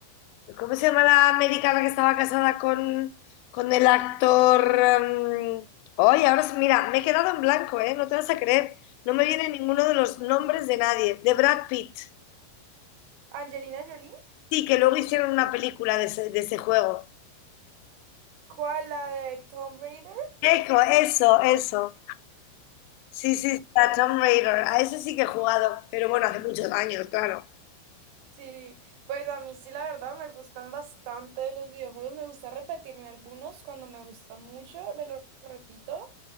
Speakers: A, on the left; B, on the right.
A: ¿cómo se llama la americana que estaba casada con, con el actor? em, Ay, ahora sí, mira, me he quedado en blanco, ¿eh? No te vas a creer, no me viene ninguno de los nombres de nadie, de Brad Pitt.
B: ¿Angelina Jolie?
A: Sí, que luego hicieron una película de ese, de ese juego.
B: ¿Cuál? ¿La de Tomb Raider?
A: Eco, eso, eso. Sí, sí, sí, Tomb Raider. A ese sí que he jugado, pero bueno, hace muchos años, claro.
B: Sí, pues a mí sí la verdad me gustan bastante los videojuegos, me gusta repetirme algunos cuando me gustan mucho, me lo repito